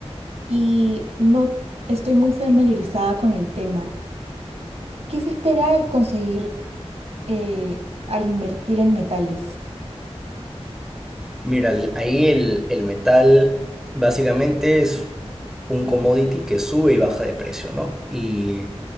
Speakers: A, on the right (about 75°); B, in the centre.
A: y no estoy muy familiarizada con el tema. ¿Qué se espera conseguir eh, al invertir en metales?
B: Mira, el- ahí el, el metal básicamente es un commodity que sube y baja de precio, ¿no? Y